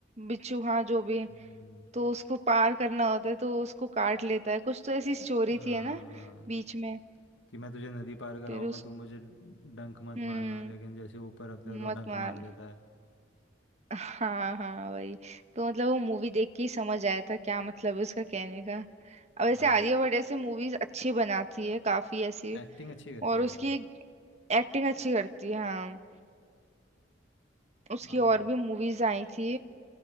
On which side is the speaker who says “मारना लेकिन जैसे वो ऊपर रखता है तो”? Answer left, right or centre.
Left